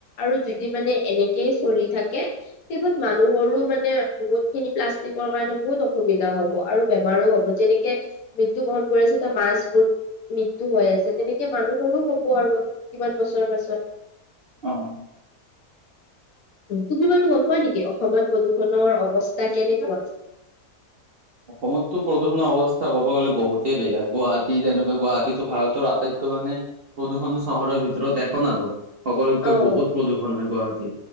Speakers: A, on the left; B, on the right.
A: আৰু যদি মানে এনে চলি থাকে শেষত মানুহৰো মানে বহুত খিনি প্লাষ্টিকৰ কাৰণে বহুত অসু সুবিধা হ'ব আৰু বেমাৰো হ'ব যেনে মৃত্যুবহন কৰি আছে ত মাছবোৰ মৃত্যু হৈ আছে তেনেকে মানুহৰো হব আৰু আৰু কিমান বছৰ পাছত
B: অ
A: <unintelligible> তুমি বাৰু গম পোৱা নেকি অসমত প্ৰদূষণৰ অৱস্থা কেনেকুৱা
B: অসমততো প্ৰদূষণৰ অৱস্থা ক'ব গলে বহুতেই বেয়া গুৱাহাটী যেনেকুৱা গুৱাহাটীটো ভাৰতৰ আটাইতকৈ মানে প্ৰদূষণ চহৰৰ ভিতৰত এখন আৰু সকলোতকৈ
A: অ',
B: বহুত প্ৰদূষণ হয় গুৱাহাটীত